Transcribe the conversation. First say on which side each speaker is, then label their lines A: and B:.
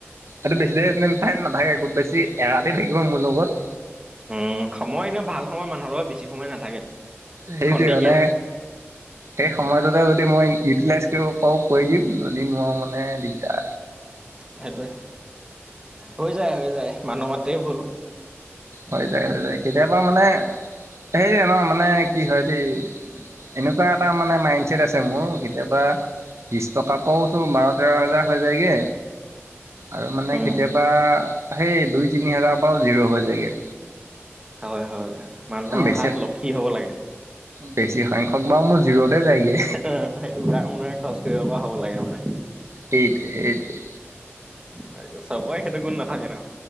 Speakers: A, on the right (about 80°); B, on the right (about 20°).
A: এইটো বেছি দেৰি তে নাথাকে খুব বেছি এৰাতি থাকিব মোৰ লগত।
B: উম, সময় এনে ভাল সময় মানুহৰ লগত বেছি সময় নাথাকে।
A: সেইটোৱে
B: খন্তেকীয়া
A: মানে।
B: হয়
A: সেই সময়টোতে যদি মই ইউটিলাইজ কৰিব পাৰোঁ কৰি দিম, যদি নোৱাৰোঁ মানে দিগদাৰ।
B: সেইটোৱে, হৈ যায় হৈ যায় মানুহ মাতেই ভুল।
A: হৈ যায় হৈ যায়, কেতিয়াবা মানে হেৰি ন মানে কি হয় দেই। এনেকুৱা এটা মানে মাইণ্ডচছেট আছে, মোৰ কেতিয়াবা। বিছ টকাকেও বাৰ তেৰ হাজাৰ হৈ যায়গে। আৰু মানে
B: উম
A: কেতিয়াবা সেই দুই তিনি হাজাৰৰ পৰাও জিৰ' হৈ যায়গে।
B: হয় হয় মানুহৰ
A: বেছি
B: হাত লক্ষী হ'ব লাগে।
A: বেছি সংখ্যক বাৰু মোৰ জিৰ'তে যায়গে।
B: অঁ, সেই উদাৰ মনেৰে খৰচ কৰিব পৰা হ'ব লাগে মানে।
A: সেইটোৱেই সেইটোৱেই।
B: সেইটো, চবেৰে সেইটো গুণ নাথাকে ন।